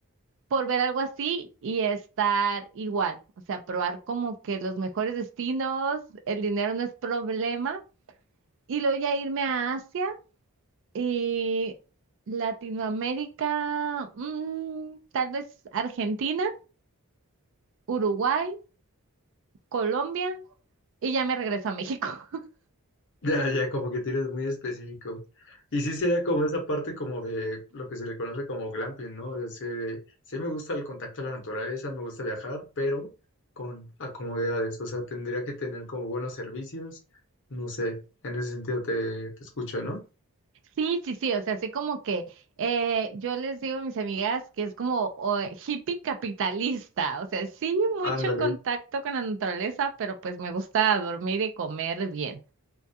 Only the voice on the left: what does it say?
Ya, ya, como que tienes muy específico. Y sí sería como esa parte como de lo que se le conoce como glamping, ¿no? De ese- sí me gusta el contacto a la naturaleza, me gusta viajar, pero con acomodidades. O sea, tendría que tener como buenos servicios. No sé, en ese sentido te, te escucho, ¿no?
Ándale,